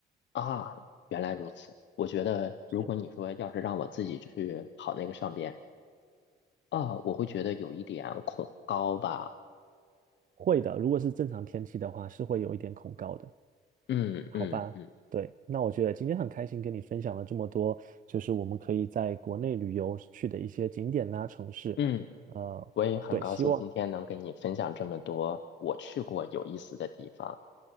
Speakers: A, on the left; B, on the right.
A: 啊，原来如此。我觉得，如果你说要是让我自己去跑那个上边
B: 是
A: 啊，我会觉得有一点恐高吧。
B: 会的，如果是正常天气的话，是会有一点恐高的，
A: 嗯嗯嗯
B: 好吧？对，那我觉得今天很开心跟你分享了这么多，就是我们可以在国内旅游去的一些景点呐、城市，
A: 嗯，
B: 呃，
A: 我也很高兴今天能跟你分享这么多我去过有意思的地方。
B: 对，希望。